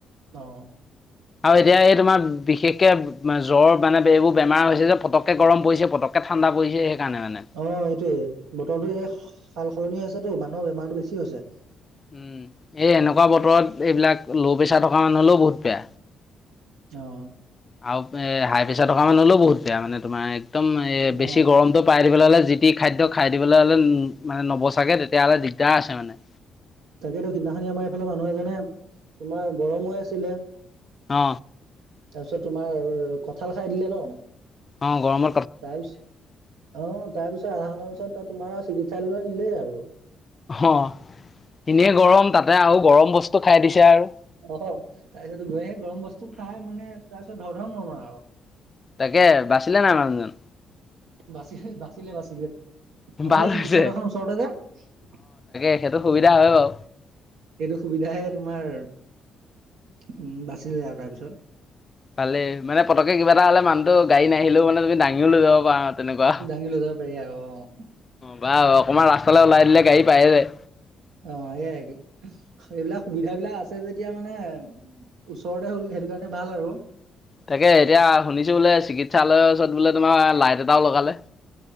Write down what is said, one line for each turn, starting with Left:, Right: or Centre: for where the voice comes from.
Right: অ'।
Left: আৰু এতিয়া এই তোমাৰ বিশেষকে জ্বৰ মানে এইবোৰ বেমাৰ হৈছে যে পটককে গৰম পৰিছে পটককে ঠাণ্ডা পৰিছে। সেইকাৰণে মানে
Right: অ' এইটোয়ে বতৰটোো এই সাল সলনি হৈছেতো মানুহৰ বেমাৰতো বেছি হৈছে।
Left: উম এই এনেকুৱা বতৰত এইবিলাক ল' প্ৰেছাৰ থকা মানুহ হলেও বহুত বেয়া।
Right: আহ।
Left: আৰু এ হাই প্ৰেছাৰ থকা মানুহ হলেও বহুত বেয়া মানে তোমাৰ একদম এ বেছি
Right: অ
Left: গৰমটো পাই দিবলৈ হ'লে খাদ্য খাই দিবলৈ হ'লে মানে নবচাগে তেতিয়াহ'লে দিগদাৰ আছে মানে।
Right: তাকেইেতো সিদিনাখনি আমাৰ এইফালে মানুহ এজনে, তোমাৰ গৰম হৈ আছিলে।
Left: অ
Right: তাৰপিছত তোমাৰ কঠাল খাই দিলে ন।
Left: অ' গৰম
Right: তাৰ পিছত, অ' তাৰপিছত আধা পিছত ত তোমাৰ চিকিৎসালয়লৈ নিলেই আৰু।
Left: অ' এনে গৰম তাতে আৰু গৰম বস্তু খাই দিছে আৰু।
Right: অ', তাৰপিছত গ সেই গৰম বস্তু খাই মানে তাৰপিছত ধৰ ধৰ মৰমৰা আৰু।
Left: তাকে বাচিলে নাই মানুহজন?
Right: বাচে বাচিলে বাচিলে, আমাৰ
Left: ভাল
Right: এই চিকিৎসালয়খনৰ
Left: হৈছে
Right: ওচৰতে যে।
Left: তেখেতটো সুবিধা হয় বাৰু।
Right: সেইটো সুবিধাহে তোমাৰ, উ বাচিলে আৰু তাৰপিছত
Left: ভালেই মানে পতকে কিবা এটা হলে মানুহটো গাড়ী নিলও মানে তুমি দািও লৈ যাব পাৰা। তেনেকুৱা
Right: দাঙি লৈ যাব পাৰি আৰু অ'।
Left: বা অকণমান ৰাস্তালৈ ওলাই দিলে গাড়ী পায়ে যায়।
Right: অঁ এইয়াই এইবিলাক সুবিধাাবলাক আছে যেতিয়া মানে ওচৰতে হ'ল সেইটো কাৰণে ভাল আৰু
Left: তাকে এতিয়া শুনিছো বোলে চিকিৎসালয়ৰ ওচৰত বোলে তোমাৰ লাইট এটাও লগালে